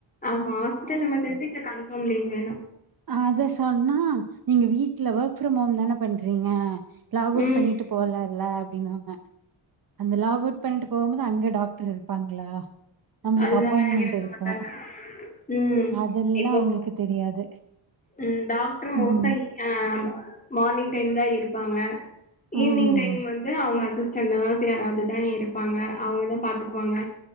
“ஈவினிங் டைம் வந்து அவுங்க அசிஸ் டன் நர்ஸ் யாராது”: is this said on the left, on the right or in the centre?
Left